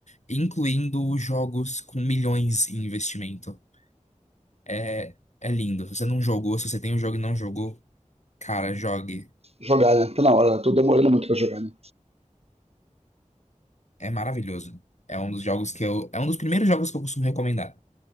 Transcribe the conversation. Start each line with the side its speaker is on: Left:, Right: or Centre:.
Left: incluindo jogos com milhões em investimento. É, é lindo. Se você não jogou, se você tem o jogo e não jogou, cara, jogue.
Right: Jogar, né? Tá na hora, tô demorando muito pra jogar, né?
Left: É maravilhoso. É um dos jogos que eu. É um dos primeiros jogos que eu costumo recomendar.